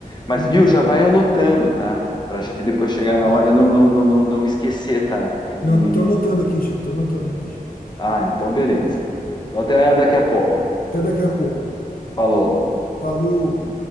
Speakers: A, on the left; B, on the left.
A: Mas
B: Uhum,
A: viu, já vai anotando, tá? Pra gente depois chegar na
B: tá.
A: hora e não, não, não, não, não esquecer, tá?
B: Não,
A: E...
B: tô anotando aqui já, tô anotando aqui já.
A: Ah, então beleza, cara. Então até daqui a pouco, né?
B: Até daqui a pouco.
A: Falou.
B: Falou.